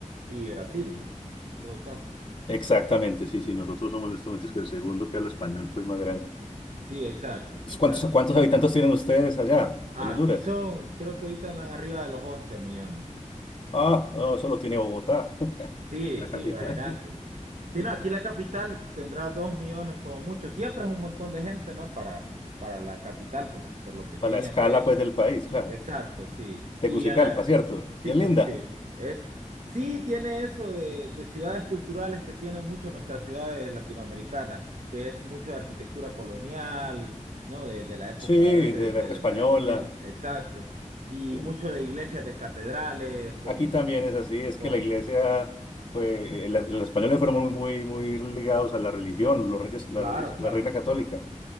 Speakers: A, on the right (about 65°); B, on the left (about 40°).
A: y Brasil, ¿no? En todo caso.
B: Exactamente, sí, sí, nosotros somos en estos momentos que el segundo que habla español, pues más grande.
A: Sí, exacto, exacto.
B: ¿Cuántos, cuántos habitantes tienen ustedes allá
A: Ah,
B: en Honduras?
A: aquí son, creo que ahorita andan arriba de los 11 millones.
B: Ah, no, solo tiene Bogotá, <laughs>
A: Sí,
B: la
A: sí,
B: capital,
A: imagínate. Si
B: <laughs>
A: no, aquí la capital tendrá dos millones como mucho. Siempre es un montón de gente, ¿no? Para, para la capital, por, por lo pequeña
B: para la escala
A: que es.
B: pues del país, claro.
A: Exacto, sí.
B: Tegucigalpa,
A: Y en la...
B: ¿cierto?
A: Sí,
B: Y es
A: te
B: linda.
A: sí, es... Sí tiene eso de, de ciudades culturales que tienen mucho nuestras ciudades latinoamericanas, que es mucho de arquitectura colonial, ¿no? De, de la época,
B: Sí,
A: a veces,
B: de la
A: de,
B: época española.
A: de la conquista. Exacto. Y
B: sí.
A: mucho de iglesias, de catedrales, con...
B: Aquí también es así, es
A: con...
B: que la iglesia, pues, la- los españoles fueron muy, muy, muy ligados a la religión, los reyes, la,
A: Claro,
B: reyes-
A: claro.
B: la reina católica.